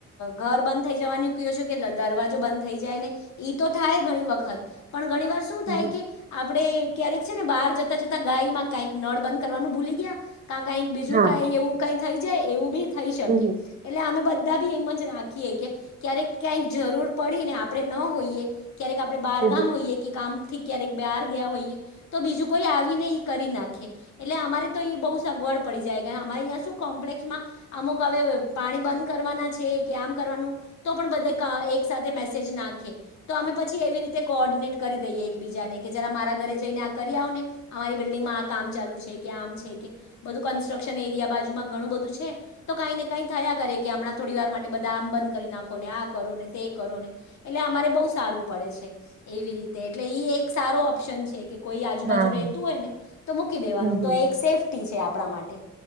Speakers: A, on the left; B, on the right.
A: ઘર બંધ થઈ જવાનું કયો છે કે દરવાજો બંધ થઈ જાય ને ઈ તો થાય ઘણી વાર વખ પણ ઘણી વાર શું થાય
B: હમ હમ
A: કે આપણે ક્યારેક છે ને બહાર જતા જતા ગાય માં કઈક નળ બંધ કરવાનું ભૂલી ગયા ક કઈક બીજું
B: હા
A: કઈ એવું કઈ થઈ જાય એવું બી થઈ શકે
B: હમ
A: એટલે અમે બધા બી એમ જ રાખી એ ક્યારેક ક જરૂર પડીને આપણે ન હોઈએ ક્યારેક આપ બાર કામ
B: હમ
A: હોઈએ કે કામ થી ક્યારેક બાર ગયા હોઈએ તો બીજું કોઈ આવીને એ કરી નાખે એટલે અમારે તો એ બહ સગ પન મળી જાય અમારેં શું કોમ્પ્લેસમાં અમુક હવે પાણી બંધ કરવાના છે કે આમ કરવાનું બધ એક સાથે મેજ નાખે તો અમે પછી એવી રી કોર્ડિનેટ કરી દઈએ એકબીજાને કે જરા મારા ઘરે જઈને આ કરી આવ ને અમારી બિલ્ડિંગમાં આ કામ ચાલુ છે. મ છે બ કોન્ટ્રક્શન એરિયા બાજુમાં ઘણું બધું છે તો કને કાંઈ થયા કરે કે હમણાં થોડી વાર માટે બધા આમ બંધ કરી નાખો ને આ કરો ને તે કરો ને એટલે અમારે બહુ સારું પડે છે, એવી રીતે એટલે એક સારો ઓપ્શન છે. કે કોઈ આજુબાજુ
B: હા
A: રહેતું હોય ને તો મૂકી દેવાનું
B: હમ હમ
A: તો એક સેફ્ટી છે, આપણા માટે.